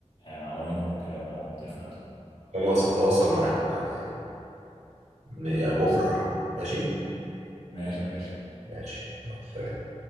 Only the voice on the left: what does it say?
آه، عناوينهم وكده او تليفوناتهم
خلاص
تمام
ماشي يا باشا